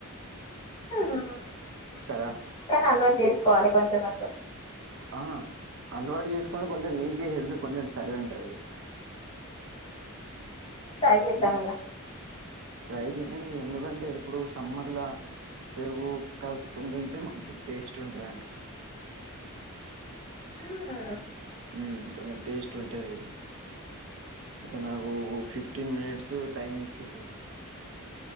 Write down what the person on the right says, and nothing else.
కాదా
ఆహా అలవాటు చేసుకుంటే కొంచెం మీకే హెల్త్ కొంచెం సరి ఉంటది
మీకు
ట్రై చెయండి ఎందుకంటే ఇప్పుడు సమ్మర్లా పెరుగు కలుపుకొని తింటే మంచి టేస్ట్ ఉంటదంట మ
ఉమ్ కొంచెం టేస్ట్ ఉంటది ఇక నాకు ఫిఫ్టీన్ మినిట్స్ టైమ్ ఇచ్చిండు